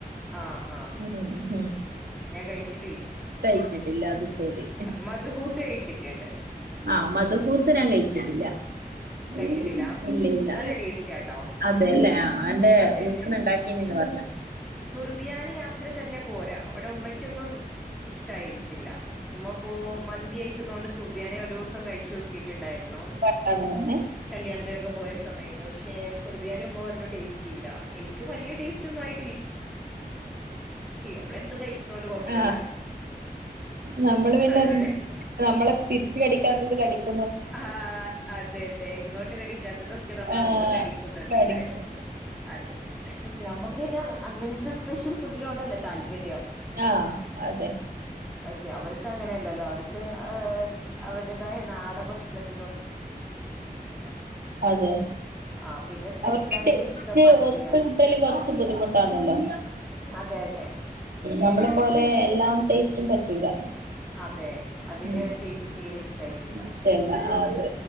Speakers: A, in the centre; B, on the right.
A: ആ ആ
B: മ്മ് മ്മ്
A: ഞാൻ കഴിച്ചി
B: കഴിച്ചിട്ടില്ല അതു ശരി
A: മധുഹൂത്ത് കഴിച്ചിട്ടുണ്ട്
B: ആ മദ്ഹൂത് ഞാൻ കഴിച്ചിട്ട്ല്ല. മ്മ്
A: കഴിച്ചിട്ടില്ല
B: മ്മ് ഇല്ല ഇല്ല
A: നല്ല ടേസ്റ്റ് ആട്ടോ
B: അതെലെ ആ എന്റെ എന്റെ
A: അതെ
B: വീട്ടീന്ന്
A: അതെ
B: ഉണ്ടാക്കീന് ന്ന് പറഞ്ഞു.
A: സുർബിയാനി അത്ര തന്നെ പോരാ ഇവിടെ ഉമ്മയ്ക്ക് ഒന്നും ഇഷ്ട്ടയായിട്ടില്ല. ഉമ്മ ഇപ്പൊ മന്തി കഴിക്കുന്നത് കൊണ്ട് സുർബിയാനി ഒരു ദിവസം കഴിച്ചു നോക്കിയിട്ടുണ്ടായിരു ന്നു.
B: വേണ്ടാന്ന് പറഞ്ഞ്
A: കല്യാണത്തിനൊക്കെ പോയ സമയത്തു, പക്ഷെ സുർബിയാനി ഉമ്മ പറഞ്ഞു ടേസ്റ്റ് ഇല്ല എനിക്കും വലിയ ടേസ്റ്റ്‌ ഒന്നും ആയി നമ്മള് എന്തും കഴിക്കുന്നോണ്ട് കുഴപ്പല്ല
B: ആ നമ്മൾ പിന്നെ
A: അതാണ്
B: എൻ നമ്മളെ തിരിച്ചു കടിക്കാത്ത <unintelligible>
A: ആ ആ അതെ അതെ ഇങ്ങോട്ട് കടിക്കാത്തതൊക്കെ നമ്മൾ
B: ആഹ്
A: അങ്ങോട്ട് കടിക്കും പറഞ്ഞീലെ.
B: കടിക്കും
A: അതെ നമുക്ക് പിന്നെ അങ്ങനത്തെ സ്പെഷ്യൽ ഫുഡ്‌നോട് അല്ലെ താല്പര്യം?
B: ആ അതെ
A: ബക്ഷേ അവർക്ക് അങ്ങനെ അല്ലല്ലോ അവർക്ക് അവര്ടെതായ നാടൻ ഭ <unintelligible>
B: അതെ
A: ആ പിന്നെ സ്പെഷ്യൽ
B: അവർക്ക്
A: ആയിട്ട്
B: ഡേറ്റ്
A: ഇഷ്ടം മന്തിയാണ്
B: ഒത്തുക്കിട്ടല് കുറിച്ച് ബുദ്ധിമുട്ടാണല്ലോ
A: അതെ അതെ
B: നമ്മളെ പോലെ എല്ലാം ടെസ്റ്റും പറ്റൂല
A: അതെ അതിന്റെ
B: ഉം
A: ടെസ്റ്റ് തീരെ ഇഷ് ഷ്ട്ടായിട്ടില്ല
B: ഇഷ്ടല്ല അത്